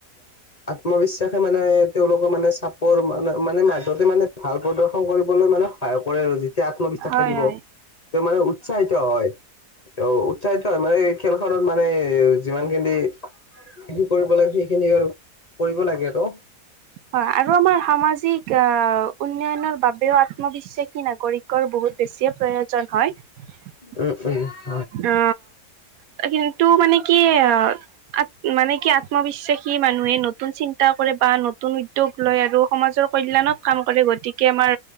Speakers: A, on the left; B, on the right.
A: আত্মবিশ্বাসে মানে তেওঁলোকৰ মানে চাপৰ মানে মানে মাজতে মানে ভাল প্ৰদৰ্শন কৰিবলৈ মানে সহায় কৰে আৰু যেতিয়া আত্মবিশ্বাস
B: হয়
A: থাকিব
B: হয়
A: তেওঁ মানে উৎসাহিত হয় অ উৎসাহিত হয় মানে খেলখনত মানে যিমান স কৰিব লাগে সেইখিনি আৰু কৰিব লাগে আৰু
B: হয় আৰু আমাৰ সামাজিক আহ উন্নয়নৰ বাবেও আত্মবিশ্বাসী নাগৰিকৰ বহুত বেছিয়ে প্ৰয়োজন হয় <unintelligible> <inaudible>
A: ওম ওম
B: অ কিন্তু মানে কি আ মানে কি আত্মবিশ্বাসী মানুহে নতুন চিন্তা কৰে বা নতুন উদ্যোগ লয় আৰু সমাজত কল্যাণত কাম কৰে গতিকে আমাৰ